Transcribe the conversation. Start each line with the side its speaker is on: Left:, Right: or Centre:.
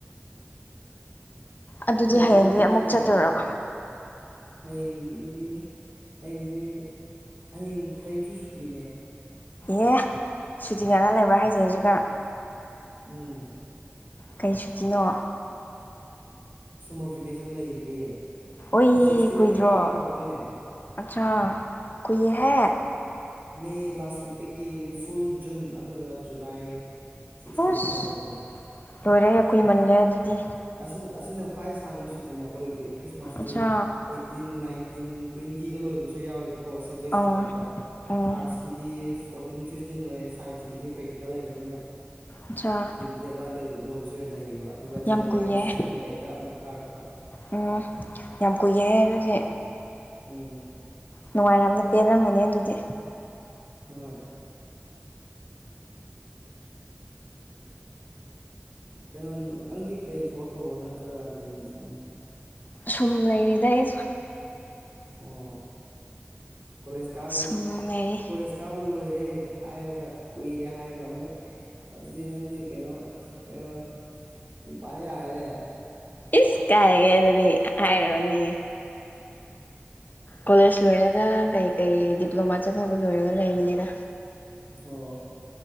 Left: ꯑꯗꯨꯗꯤ ꯍꯌꯦꯡꯗꯤ
Right: ꯅꯣꯏ ꯅꯪꯗꯤ
Left: ꯑꯃꯨꯛ
Right: ꯀꯩ
Left: ꯆꯠꯇꯣꯏꯔꯣ
Right: ꯀꯩ ꯍꯌꯦꯡꯗꯤ ꯍꯌꯦꯡꯗꯤ ꯍꯌꯦꯡ ꯍꯌꯦꯡꯁꯨ ꯁꯨꯇꯤꯅꯦ꯫
Left: ꯑꯦ ꯁꯨꯇꯤ ꯉꯥꯗ ꯂꯩꯕ꯭ꯔꯥ ꯍꯥꯏꯖꯦ ꯍꯧꯖꯤꯛꯀꯥꯟ꯫
Right: ꯎꯝ
Left: ꯀꯩ ꯁꯨꯇꯤꯅꯣ꯫
Right: ꯁꯨꯃꯔ ꯚꯦꯀꯦꯁꯟ ꯂꯩꯔꯤꯌꯦ꯫
Left: ꯍꯣꯏ
Right: ꯁꯤꯛꯁꯇꯤꯟꯗꯩ
Left: ꯀꯨꯏꯗ꯭ꯔꯣ
Right: ꯀꯥꯕ ꯍꯧꯗꯣꯏꯅꯦ
Left: ꯑꯠꯆꯥꯥ ꯀꯨꯏꯍꯦ꯫
Right: ꯃꯦ ꯂꯥꯁ ꯋꯤꯛꯇꯒꯤ ꯐꯨꯜ ꯖꯨꯟ ꯑꯗꯨꯒ ꯖꯨꯂꯥꯏ꯫ ꯁꯤꯛꯁꯇꯤꯟꯗ
Left: ꯑꯁ
Right: ꯍꯧꯒꯗꯕ
Left: ꯂꯣꯏꯔꯦꯍꯦ ꯀꯨꯏꯃꯜꯂꯦ ꯑꯗꯨꯗꯤ꯫
Right: ꯑꯁꯤ ꯑꯁꯤꯅ ꯈ꯭ꯋꯥꯏ ꯁꯥꯡꯕ ꯁꯨꯇꯤꯅꯦ ꯑꯩꯈꯣꯏꯒꯤꯗꯤ ꯈ꯭ꯔꯤꯁꯃꯥꯁꯇꯤ
Left: ꯑꯠꯆꯥ
Right: ꯑꯩ ꯇꯤꯟ ꯅꯥꯏꯟꯇꯤꯟ ꯇ꯭ꯋꯦꯟꯇꯤꯗ ꯂꯣꯏꯕꯁꯨ ꯌꯥꯎꯋꯦꯕꯀꯣ ꯁꯞꯖꯦꯛ
Left: ꯑꯧ
Right: ꯁꯞꯖꯦꯛꯇ
Left: ꯎꯝ
Right: ꯑꯥꯔꯠꯁ ꯀꯤꯗꯤ ꯐꯣꯔꯇꯤꯟ ꯐꯤꯐꯇꯤꯟ ꯂꯣꯏꯑꯦ ꯁꯥꯏꯟꯁꯀꯤꯗꯤ ꯄ꯭ꯔꯦꯛꯇꯤꯀꯦꯜ ꯂꯩꯕꯅꯤꯅ꯫
Left: ꯑꯠꯆꯥ
Right: ꯇ꯭ꯋꯦꯟꯇꯤ ꯑꯗꯨꯋꯥꯏ ꯂꯧ ꯂꯣꯏꯕꯁꯨ ꯂꯩꯌꯦꯕ꯫ ꯑꯗꯨꯒ
Left: ꯌꯥꯝ
Right: ꯖꯦꯅꯋꯥꯔꯤ
Left: ꯀꯨꯏꯌꯦ
Right: ꯁꯚꯦꯟ ꯑꯩꯠꯗ ꯑꯃꯨꯛ ꯀꯥꯔꯛꯄ꯫
Left: ꯎꯝ ꯌꯥꯝ ꯀꯨꯏꯌꯦꯍꯦ ꯑꯗꯨꯗꯤ
Right: ꯎꯝ
Left: ꯅꯨꯡꯉꯥꯏꯔꯝꯅꯤ ꯄꯦꯟꯂꯝꯃꯅꯤ ꯑꯗꯨꯗꯤ꯫
Right: ꯍꯣꯏ ꯀꯩꯅꯣ ꯅꯪꯗꯤ ꯀꯩ ꯊꯕꯛ ꯇꯧꯕ꯭ꯔꯥ ꯅꯠꯇ꯭ꯔꯒ ꯑꯗꯨꯝ ꯁꯨꯝ
Left: ꯁꯨꯝ ꯂꯩꯔꯤꯗ ꯑꯩꯖꯨ꯫
Right: ꯑꯣ ꯀꯣꯂꯦꯖ ꯀꯥꯕꯜ
Left: ꯁꯨꯝ ꯂꯩꯔꯤ
Right: ꯀꯣꯂꯦꯖ ꯀꯥꯕ ꯂꯣꯏꯔꯦ ꯍꯥꯏꯔꯒ ꯀꯨꯏꯔꯦ ꯍꯥꯏꯔꯒ ꯑꯃꯨꯛ ꯑꯗꯨꯗꯤ ꯅꯪꯗꯤ ꯀꯩꯅꯣ ꯀꯩꯅꯣ ꯌꯨꯝ ꯄꯥꯟ ꯌꯥꯔꯦꯅꯦ
Left: ꯏꯁ ꯀꯥꯢꯌꯦ ꯑꯗꯨꯗꯤ ꯍꯥꯏꯔꯣꯅꯩ ꯀꯣꯂꯦꯖ ꯂꯣꯏꯔꯒ ꯀꯩ ꯑꯩ ꯗꯤꯄ꯭ꯂꯣꯃꯥ ꯆꯠꯊꯕ ꯂꯣꯏꯔꯒ ꯂꯩꯕꯅꯤꯗ꯫
Right: ꯑꯣ